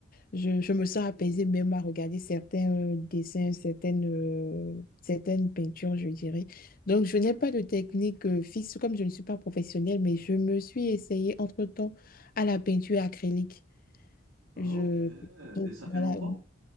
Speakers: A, on the left (about 45°); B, on the right (about 85°).
A: je, je me sens apaisée même à regarder certains euh, dessins, certaines, euh, certaines peintures, je dirais. Donc, je n'ai pas de technique euh, fixe comme je ne suis pas professionnelle, mais je me suis essayée entre-temps à la peinture acrylique.
B: Ah,
A: Je,
B: Ok. Et
A: donc,
B: ça fait
A: voilà,
B: longtemps?